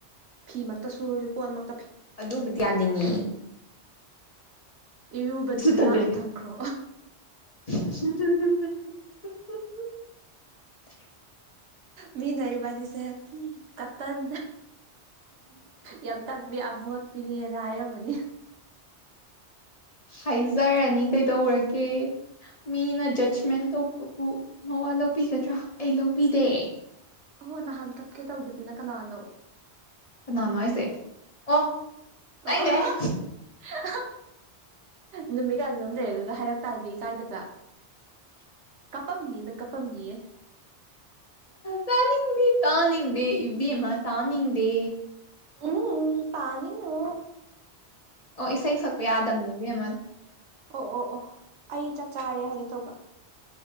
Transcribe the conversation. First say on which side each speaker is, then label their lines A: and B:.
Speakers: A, on the right (about 80°); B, on the left (about 40°).
A: ꯐꯤ ꯃꯛꯇ ꯁꯨꯔꯁꯨ ꯀꯣꯟꯃꯛ
B: ꯑꯗꯨꯕꯨꯗꯤ ꯌꯥꯅꯤꯡꯏ
A: ꯏꯔꯨꯕꯗꯨꯅ
B: ꯇꯜꯂꯦ
A: ꯂꯥꯞꯅ ꯊꯝꯈ꯭ꯔꯣ
B: <unintelligible>
A: ꯃꯤꯅ ꯏꯕꯥꯏꯅꯤꯁꯦ ꯀꯠ ꯇꯟ ꯌꯥꯝ ꯇꯟꯕꯤ ꯑꯃꯣꯠꯄꯤꯅꯦ ꯍꯥꯏꯔꯝ ꯃꯅꯤ
B: ꯍꯥꯏꯖꯔꯅꯤ ꯀꯩꯗꯧꯔꯒꯦ ꯃꯤꯅ ꯖꯁꯃꯦꯟ ꯇꯧꯕ ꯄꯨ ꯃꯋꯥ ꯂꯧꯕꯤꯒꯗ꯭ꯔꯥ ꯑꯩ ꯂꯧꯕꯤꯗꯦ
A: ꯑꯍꯣ ꯅꯍꯥꯟ ꯀꯞꯀꯦ ꯇꯧꯈꯤꯕꯅ ꯀꯅꯥꯅꯣ
B: ꯀꯅꯥꯅꯣ ꯍꯥꯏꯁꯦ ꯑꯣ ꯇꯥꯅꯤꯡꯗꯦ
A: ꯑꯣ ꯑꯍꯥ ꯑꯍꯥ ꯅꯨꯃꯤꯠ ꯀꯌꯥꯅꯣꯝꯅꯤ ꯂꯩꯔꯒꯒ ꯍꯥꯏꯔꯛ ꯇꯥꯏꯗ ꯀꯥꯏꯗꯇ ꯀꯞꯄꯝꯅꯤꯌꯦ ꯅꯪ ꯀꯞꯄꯝꯅꯤꯌꯦ
B: ꯇꯥꯅꯤꯡꯗꯦ ꯇꯥꯅꯤꯡꯗꯦ ꯏꯕꯦꯝꯃ ꯇꯥꯅꯤꯡꯗꯦ
A: ꯎꯝ ꯎꯝ ꯇꯥꯅꯤꯡꯅꯨ
B: ꯑꯣ ꯏꯁꯩ ꯁꯛꯄ ꯌꯥꯗꯝꯅꯤ ꯕꯦꯝꯃ
A: ꯑꯣ ꯑꯣ ꯑꯣ ꯑꯩ ꯆꯥꯛ ꯆꯥꯔꯦ ꯍꯥꯏꯒꯦ ꯇꯧꯕ